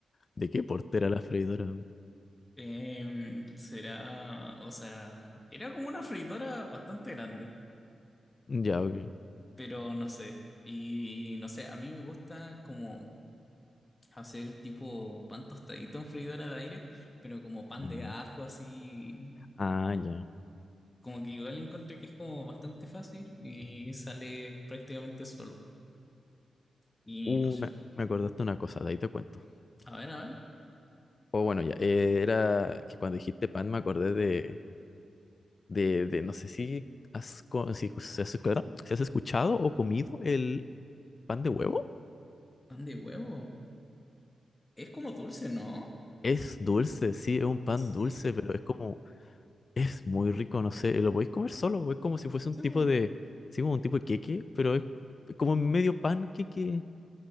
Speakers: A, on the left (about 50°); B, on the left (about 25°).
A: ¿De qué portera la freidora?
B: Em, será, o sea, era como una freidora bastante grande,
A: Ya, ok.
B: pero no sé. Y no sé, a mí me gusta como hacer tipo pan tostadito en freidora de aire, pero como pan
A: Mm.
B: de ajo así,
A: Ah, ya.
B: como que igual encontré que es como bastante fácil y sale prácticamente solo. Y
A: Uh,
B: no sé,
A: me, me acordaste una cosa, de ahí te cuento.
B: a ver, a ver,
A: O bueno, ya. eh, era que cuando dijiste pan me acordé de, de, de no sé si has, co- si, si has escuchado si has escuchado o comido el pan de huevo.
B: pan de huevo. Es como dulce, ¿no?
A: Es dulce, sí, es un pan
B: Sí,
A: dulce, pero es como Es muy rico, no sé, lo podéis comer solo, es como si fuese un
B: sí,
A: tipo
B: po,
A: de, sí, como un tipo de queque, pero es como medio pan queque,